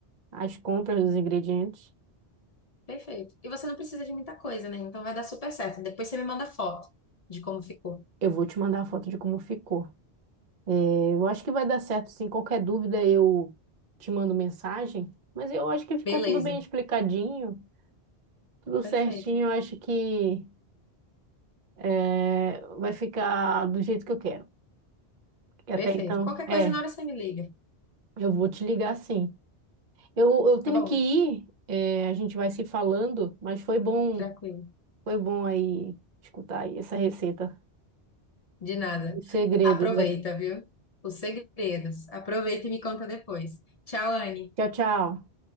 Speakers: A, on the right; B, on the left.
A: as compras dos ingredientes.
B: Perfeito. E você não precisa de muita coisa, né? Então vai dar super certo. Depois você me manda foto de como ficou.
A: Eu vou te mandar a foto de como ficou. É, Eu acho que vai dar certo, sim. Qualquer dúvida eu te mando mensagem, mas eu acho que ficou
B: Beleza.
A: tudo bem explicadinho, tudo
B: Perfeito.
A: certinho. Eu acho que é, vai ficar do jeito que eu quero. Que
B: Perfeito.
A: até então,
B: Qualquer
A: é.
B: coisa na hora você me liga.
A: Eu vou te ligar sim. Eu, eu tenho
B: Tá bom?
A: que ir, é, a gente vai se falando, mas foi bom,
B: Tranquilo.
A: foi bom aí escutar aí essa receita.
B: De nada.
A: Os segredos.
B: Aproveita,
A: da-
B: viu? Os segredos. Aproveita e me conta depois. Tchau, Anne.
A: Tchau, tchau.